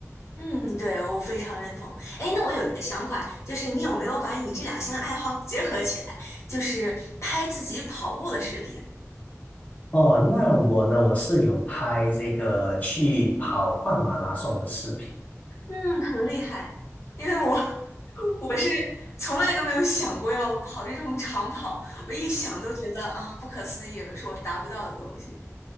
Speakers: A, on the left; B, on the left.
A: 嗯，对，我非常认同。哎，那我有一个想法，就是你有没有把你这两项爱好结合起来，就是拍自己跑步的视频？
B: 哦，那我呢，我是有拍这个去跑半马拉松的视频。
A: 嗯，很厉害，因为我 <laughs> 我是从来都没有想过要跑这种长跑，我一想都觉得啊，不可思议，是我达不到的东西。